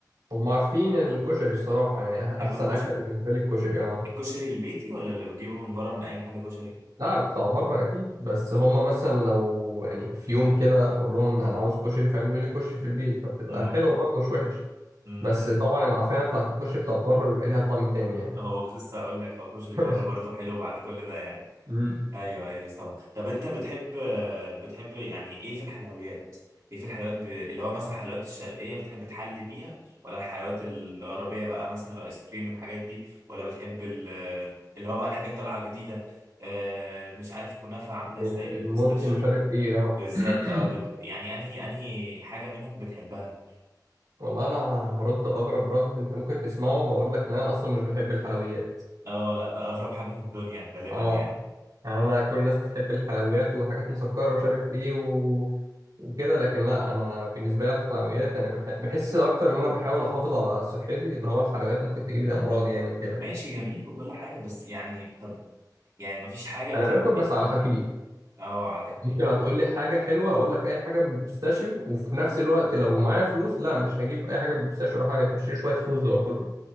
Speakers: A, on the right; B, on the right.
A: هم عارفين الكشري الصراحة يعني
B: تحب
A: أحسن
B: الكشري
A: أكلة بالنسبة لي الكشري أه
B: الكشري البيتي ولا اللي بتجيبه من بره من اي محل كشري
A: لا بتاع بره أكيد بس هم مثلا لو يعني في يوم كده أقول لهم أنا عاوز كشري فيعملوا لي كشري في البيت فبتبقى
B: امم
A: حلوة برضه مش وحش
B: امم
A: بس طبعا العفانة بتاعت الكشري بتاعت بره بيبقى ليها طعم تاني يعني
B: هو كنت لسه هقول لك اه كشري
A: <laughs>
B: بره برضه حلو بعد كل ده يعني
A: مم.
B: ايوه ايوه طبعا طب انت بتحب بتحب يعني ايه في الحلويات ايه في الحلويات ب... اللي هو مثلا الحلويات الشرقيه بتحب تحلي بيها ولا الحلويات الغربيه بقى مثلا الايس كريم الحاجات دي ولا بتحب ال... اللي هو بقى الحاجات طالعه جديده آه مش عارف كنافه عامله
A: الملكي
B: ازاي بالبيستاشيو
A: مش عارف ايه اه
B: بالظبط
A: <clears throat>
B: اه بت... يعني انهي انهي حاجه منهم بتحبها
A: والله انا هرد اغرب رد انت ممكن تسمعه هقول لك ان انا اصلا مش بحب الحلويات
B: اه لا ده اغرب حاجه في الدنيا غالبا
A: اه
B: يعني
A: يعني انا كل الناس بتحب الحلويات وحاجات مسكره ومش عارف ايه و... وكده لكن لا انا بالنسبه لي الحلويات انا بح... بحس اكتر ان انا بحاول احافظ على صحتي اللي هو الحلويات ممكن تجيب لي امراض يعني وكده
B: ماشي جميل وكل حاجه بس يعني طب يعني مفيش حاجه بتحب
A: انا باكل بس
B: يعني
A: على خفيف
B: اه على خفيف
A: يعني ممكن هتقول لي حاجه حلوه هقول لك اي حاجه بالبيستاشيو وفي نفس الوقت لو معايا فلوس لا مش هجيب اي حاجه بالبيستاشيو اروح اشتري شويه فوز واكلهم